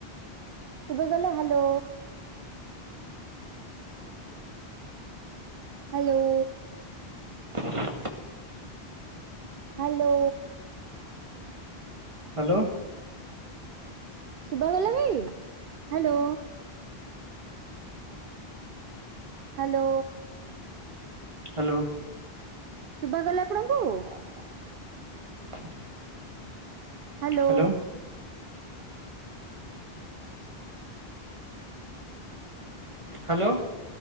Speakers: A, on the right; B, on the right.
A: ଶୁଭାଗଲା ହାଲୋ। ହାଲୋ।
B: <inaudible>
A: ହାଲୋ।
B: ହାଲୋ।
A: ଶୁଭାଗଲା ଭାଇ। ହାଲୋ। ହାଲୋ।
B: ହାଲୋ।
A: ଶୁଭାଗଲା ଆପଣଙ୍କୁ?
B: <inaudible>
A: Hello.
B: Hello
A: <inaudible>
B: Hello.